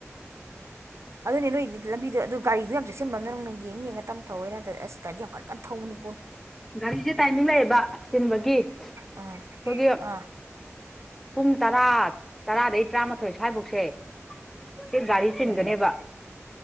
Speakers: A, on the right; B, in the centre.
A: ꯑꯗꯨꯅꯦ ꯅꯣꯏꯗꯤ ꯂꯝꯕꯤꯗꯣ ꯑꯗꯨ ꯒꯥꯔꯤꯗꯨ ꯌꯥꯝ ꯆꯦꯛꯁꯤꯟꯕ ꯑꯃꯅ ꯅꯪꯅ ꯌꯦꯡ ꯌꯦꯡꯉ ꯇꯞ ꯊꯧꯍꯦꯅ ꯑꯁ ꯒꯥꯔꯤ ꯌꯥꯝ ꯀꯟ ꯀꯟ ꯊꯧꯕꯅꯤ
B: ꯒꯥꯔꯤꯁꯦ ꯇꯥꯏꯃꯤꯡ ꯂꯩꯌꯦꯕ ꯆꯤꯟꯕꯒꯤ ꯑꯩꯈꯣꯏꯒꯤ
A: ꯑꯥ ꯑꯥ
B: ꯄꯨꯡ ꯇꯔꯥ ꯇꯔꯥꯗꯒꯤ ꯇꯔꯥꯃꯥꯊꯣꯏ ꯁ꯭ꯋꯥꯏꯐꯧ ꯁꯦ ꯁꯤ ꯒꯥꯔꯤ ꯆꯤꯟꯒꯅꯦꯕ
A: ꯎꯝ